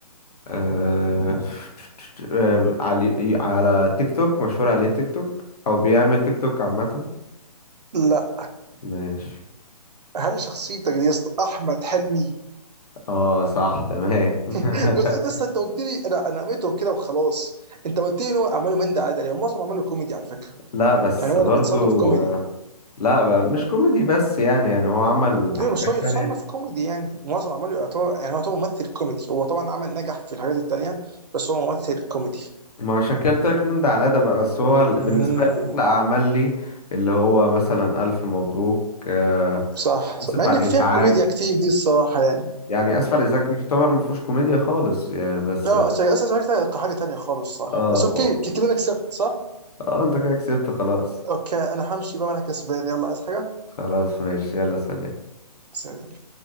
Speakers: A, on the left; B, on the right.
A: آه، آه، علي على تيك توك مشهور عليه تيك توك أو بيعمل تيك توك عامة
B: لا
A: ماشي
B: هل شخصيتك دي يا اسطى احمد حلمي؟
A: اه صح تمام <laughs>
B: بس انت اصلا انت قلت لي انا انا قمته كده وخلاص انت قلت لي ان هو اعماله من ده عادي هو معظم اعماله كوميدي على فكرة
A: لا بس
B: يعني هو
A: برضو
B: اللي بيتصنف كوميدي
A: آه، لا بقى مش كوميدي بس يعني يعني هو عمل
B: ايوه
A: حاجات
B: بس هو يتصنف
A: تانية
B: كوميدي يعني معظم اعماله يعتبر يعني هو يعتبر ممثل كوميدي هو طبعا عمل نجح في الحاجات التانية بس هو ممثل كوميدي
A: ما عشان كده قلت لك من ده على ده بقى بس هو ال-
B: امم
A: بالنسبة لي أحلى أعمال لي اللي هو مثلا ألف مبروك آه،
B: صح صح.
A: آسف
B: مع ان
A: على
B: فيها
A: الإزعاج
B: كوميديا كتير دي الصراحة يعني
A: يعني اسف على الازعاج يعتبر ما فيهوش كوميديا خالص يعني بس
B: لا اصل اصل عايز حاجه تانيه خالص صح
A: اه
B: بس اوكي ك- كده انا كسبت صح
A: اه انت كده كسبت خلاص
B: اوكي انا همشي بقى وانا كسبان يلا عايز حاجه
A: خلاص ماشي يلا سلام
B: سلام